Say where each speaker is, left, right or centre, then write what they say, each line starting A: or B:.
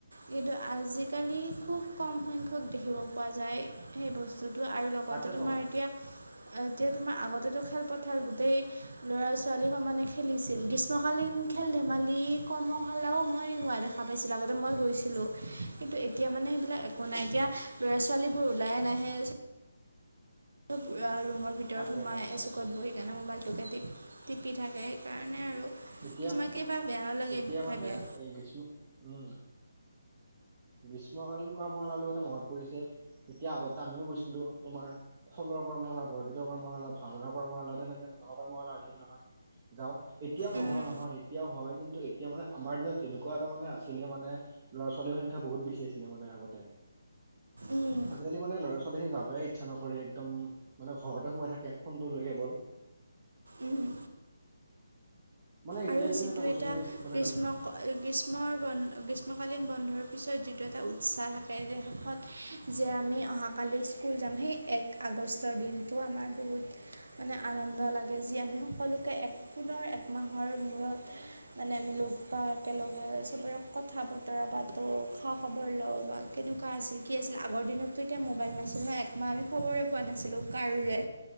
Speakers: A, on the right (about 70°); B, on the right (about 40°).
A: কিন্তু আজিকালি খুব কম সংখ্যক ক দেখিব পোৱা যায়। সেই বস্তুটো আৰু লগতে
B: তাকেতো
A: তোমাৰ এতিয়া এতিয়া তোমাৰ, আগতেটো খেলপথাৰ গোটেই। ল'ৰা-ছোৱালী সমানে খেলিছিল। গ্ৰীষ্মকালীন খেল-ধেমালি, কৰ্মশালাও মই হোৱা দেখা দেখা পাইছিলোঁ। আগতে মই গৈছিলোঁ, কিন্তু এতিয়া মানে সেইবিলাক একো নাই এতিয়া। ল'ৰা-ছোৱালীবোৰ ওলাই নাহে। ৰুমৰ ভিতৰত
B: তাকে
A: সোমাই,
B: তাকে
A: এচুকত বহি সেইকাৰণে মোবাইলটোকে টিপ, টিপি থাকে, সেইকাৰণে আৰু।
B: এতিয়া,
A: কিছুমান কিবা বেয়াও লাগে
B: এতিয়া
A: ভাবিলে
B: মানে এই গ্ৰীষ্ম, উম্। গ্ৰীষ্মকালীন কৰ্মশালা বুলি কওঁতে মনত পৰিছে। এতিয়া, আগতে আমিও গৈছিলোঁ। তোমাৰ খোলৰ কৰ্মশালা, বৰগীতৰ কৰ্মশালা, ভাওনাৰ কৰ্মশালা, তেনেকে নাটকৰ কৰ্মশালা হৈছিল নহয়, যাওঁ। এতিয়াও নোহোৱা
A: উম
B: নহয়, এতিয়াও হয়। কিন্তু এতিয়া মানে আমাৰ দিনত যেনেকুৱা এটা মানে আছিলে, মানে ল'ৰা-ছোৱালীৰ সংখ্যা বহুত বেছি আছিলে মানে আগতে।
A: উম
B: আজিকালি মানে ল'ৰা-ছোৱালীৰ লৰা-ছোৱালীখিনি যাবয়ে ইচ্ছা নকৰে, একদম মানে ঘৰতে সোমাই থাকে। ফোনটো লৈ কেৱল
A: উম
B: মানে এতিয়া
A: আৰু
B: তুমি
A: যিটো
B: বস্তু
A: এটা
B: মানে
A: গ্ৰীষ্ম গ্ৰীষ্মৰ বন্ধ, গ্ৰীষ্মকালীন বন্ধৰ পিছত যিটো এটা উৎসাহ থাকে যে, শেষত যে আমি অহাকালি স্কুল যাম, সেই এক আগষ্টৰ দিনটো আমাৰ বহুত মানে আনন্দ লাগে, যে আমি সকলোকে এক পুনৰ একমাহৰ মূৰত মানে আমি লগ পাওঁ, একেলগে চবৰে কথা-বতৰা পাতোঁ। খা-খবৰ লওঁ বা কেনেকুৱা আছিল, কি আছিল, আগৰ দিনত। তেতিয়া মোবাইল নাছিল ন, একমাহ আমি খবৰে পোৱা নাছিলোঁ কাৰোৰে।